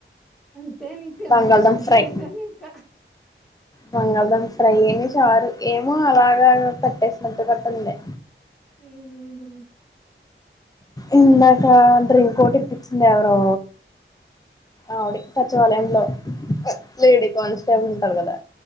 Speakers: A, in the centre; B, on the left.
A: అంతే నీకు తినడం
B: బంగాళదుంప
A: ఇష్టం
B: ఫ్రై
A: లేదు ఇంక
B: బంగాళదుంప ఫ్రై ఈని చారు ఏమో అలాగా పెట్టేసినట్టు గొట్టఉంది
A: ఉహుహు
B: ఇందాక డ్రింక్ ఒకటి ఇప్పించింది ఎవరో ఆవిడి సచివాలయంలో లేడీ కానిస్టేబుల్ ఉంటాది కదా